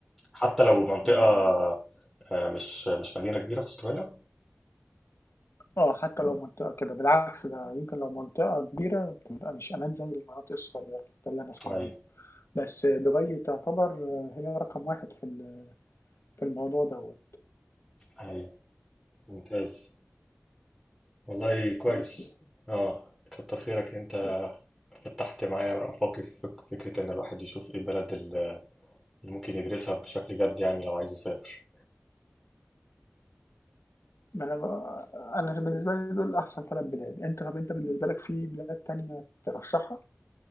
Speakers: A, in the centre; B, on the left (about 80°).
A: حتى لو منطقة
B: يعني
A: آه، مش مش مدينة كبيرة في أستراليا
B: آه حتى لو منطقة كده بالعكس ده يمكن لو منطقة كبيرة بتبقى مش أمان زي المناطق الصغيّرة، ده اللي أنا أسمع
A: أيوه
B: عنه، بس دبي تعتبر هي رقم 1 في ال في الموضوع دوّة،
A: أيوه ممتاز والله كويس
B: بس
A: آه كتر خيرك إن أنت
B: لأ،
A: فتحت معايا آفاقي في فك- فكرة إن الواحد يشوف إيه بلد اللي ممكن يدرسها بشكل جد يعني لو عايز يسافر
B: ما أنا بقى أنا بالنسبة لي دول أحسن 3 بلاد، أنت طَب أنت بالنسبة لك في بلاد تانية ترشّحها؟